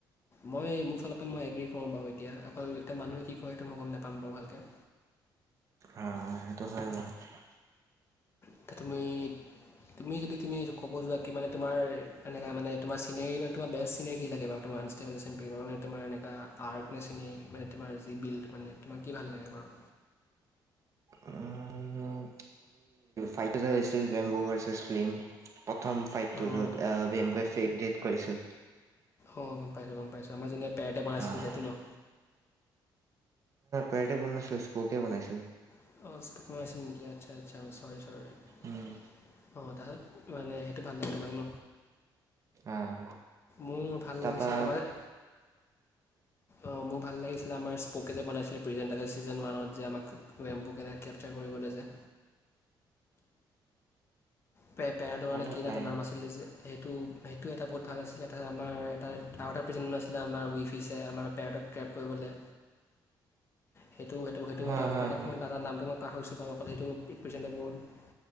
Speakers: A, on the left; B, on the right.
A: মই মোৰ ফালৰ পৰা মই এগ্ৰ্ৰী কৰো বাৰু এতিয়া অকল এটা মানুহে কি কয় সেইটো মই গম নাপাম বাৰু ভালকে
B: অ সেইটো হয় বাৰু
A: এতিয়া তুমি তুমি যদি তুমি ক'ব যোৱা কি মানে তোমাৰ এনেকা মানে তোমাৰ চিনেৰি মানে তোমাৰ বেষ্ট চিনেৰি কি লাগে বাৰু তোমাৰ আ মানে তোমাৰ এনেকা আট নেছেনি তোমাৰ যি বিলট মানে তোমাক কি ভাল লাগে বাৰু?
B: উম ফাইট হৈছিল বেম্বু ভাৰ্চেছ ফিল্ম প্ৰথম ফাইটটো
A: অঁ
B: য'ত বেম্বু ফেক ডেট কৰিছিল
A: অ গম পাইছো গম পাইছো আমাৰ যেনে পেৰেটাই বনাইছিল
B: আহ,
A: সেইটো ন
B: পাৰতেবনাই চইচক্লপে বনাইছিল
A: <unintelligible>
B: উম,
A: অ তাছট মানে সেইটো ভাল লাগে তোমাক ন
B: আহ,
A: মোৰ ভাল
B: তাৰপা
A: লাগিছিলে আমাৰ অ মোৰ ভাল লাগিছিলে আমাৰ স্কপে যে বনাইছিলে প্ৰেজেণ্ তাজা চিজন ওৱানত যে আমাক কৈম কেনেকে কে পচাৰ কৰিবলৈ যে পে পেৰদ'ৰ কাৰণে
B: মনত
A: কিন
B: নাই
A: এটা নাম আছিলে যে সেইটো সেইটোও এটা বহুত ভাল আছিলে তাছত আমাৰ এটা আৰু এটা প্ৰিচেণ্ট আছিলে আমাৰ উইফিছে আমাৰ পেৰেডক ক্ৰেপ কৰিবলে সেইটো, সেইটো, সেইটো,
B: হা
A: এটা
B: হা হা
A: দাদ নামটো মই পাহৰিছো, বাৰু সেইটো ৰিপেজেণ্টে বহুত